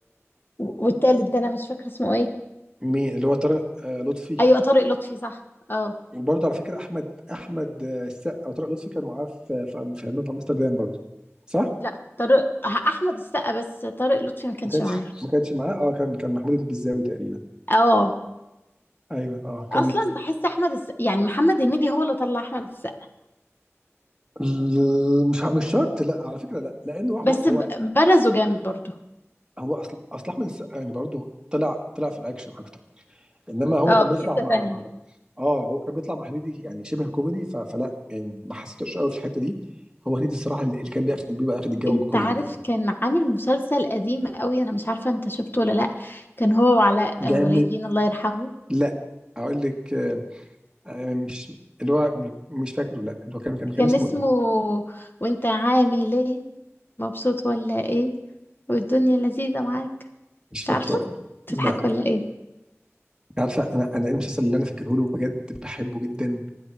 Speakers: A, on the left; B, on the right.
A: والتالت ده انا مش فاكره اسمه ايه
B: مين اللي هو طارق آه، لطفي
A: ايوه طارق لطفي صح اه
B: وبرضه على فكره احمد احمد آه، السقا وطارق لطفي كانوا معاه في في في عمان في امستردام برضه صح؟
A: لا طارق احمد السقا بس طارق لطفي ما كانش
B: ما كانش
A: معاه
B: ما كانش معاه اه كان كان محمود البزاوي تقريبا
A: اه
B: ايوه اه كان
A: اصلا بحس احمد السقا يعني محمد هنيدي هو اللي طلع احمد السقا
B: ال- مش مش شرط لا على فكره لا لانه هو
A: بس
B: هو
A: ب- برزه جامد برضه
B: هو اصل اصل احمد السقا يعني برضه طلع طلع في الاكشن اكتر انما هو
A: اه
B: كان
A: في
B: بيطلع
A: حتة
B: مع
A: تانية
B: اه هو كان بيطلع مع هنيدي يعني شبه كوميدي ف... فلا يعني ما حسيتوش قوي في الحته دي هو هنيدي الصراحه اللي اللي كان بياخد بيبقى اخد الجو
A: انت
B: كله
A: عارف
B: يعني
A: كان عامل مسلسل قديم قوي انا مش عارفه انت شفته ولا لا كان هو وعلاء
B: جامد
A: آه، ولي الدين الله يرحمه
B: لا اقول لك آه، آه، مش اللي هو م- مش فاكره لا اللي هو كان كان كان
A: كان
B: اسمه
A: اسمه
B: ايه
A: وانت عامل ايه مبسوط ولا ايه والدنيا لذيذه معاك
B: مش
A: مش
B: فاكره
A: عارفه
B: أنا.
A: تضحك
B: لا
A: ولا ايه
B: أنت عارفه انا انا ايه المسلسل اللي انا فاكره له بجد بحبه جدا